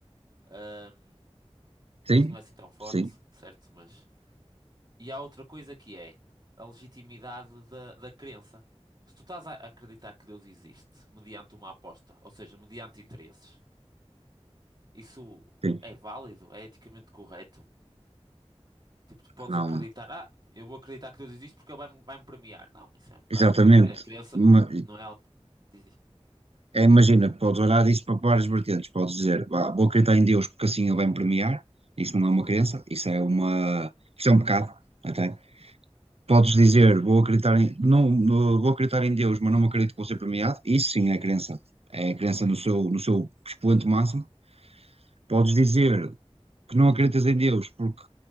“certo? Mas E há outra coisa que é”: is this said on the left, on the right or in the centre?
Right